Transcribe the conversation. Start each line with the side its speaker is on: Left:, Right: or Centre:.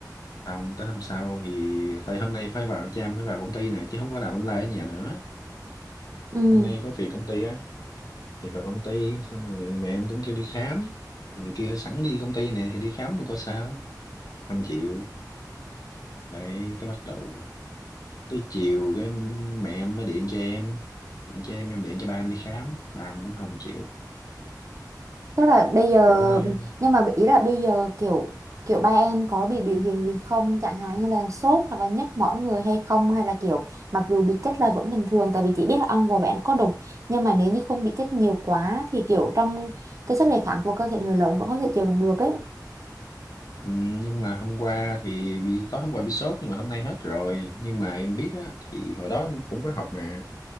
Left: không tới hôm sau thì tại hôm nay phải vào chăm phải vào công ty nè chứ không có làm online ở nhà nữa
Right: ừ.
Left: hôm nay có việc công ty á thì vào công ty xong rồi mẹ em cũng kêu đi khám rồi này kia sẵn đi công ty nè thì đi khám luôn có sao không chịu đấy cái bắt đầu tới chiều cái mẹ em mới điện cho em chứ em em điện cho ba em đi khám ba em cũng không chịu
Right: Tức là bây giờ,
Left: kiểu nơi
Right: nhưng mà ý là bây giờ kiểu kiểu ba em có bị biểu hiện gì không? Chẳng hạn như là sốt hoặc là nhức mỏi người hay không? Hay là kiểu mặc dù bị chích là vẫn bình thường tại vì chị biết là ong vò vẽ nó có độc nhưng mà nếu như không bị chích nhiều quá thì kiểu trong cái sức đề kháng của cơ thể người lớn vẫn có thể chịu đựng được ấy.
Left: Ừ, nhưng mà hôm qua thì bị, tối hôm qua bị sốt nhưng mà hôm nay hết rồi nhưng mà em biết á thì hồi đó em cũng có học mà